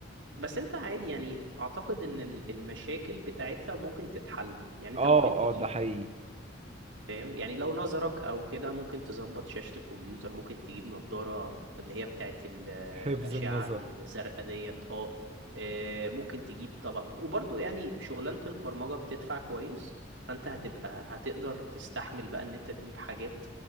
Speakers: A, on the right; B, on the right.
A: بس انت عادي يعني اعتقد ان ال- المشاكل بتاعتها ممكن تتحل يعني انت
B: اه
A: ممكن تجيب
B: اه ده حقيقي
A: فاهم يعني لو نظرك او كده ممكن تظبط شاشة الكمبيوتر ممكن تجيب نظارة اللي هي بتاعت ال-
B: حفظ
A: الأشعة
B: النظر
A: الزرقاء ديت اه آه، ممكن تجيب طبعا وبرضه يعني شغلانة البرمجة بتدفع كويس فانت هتبقى هتقدر تستحمل بقى ان انت تجيب حاجات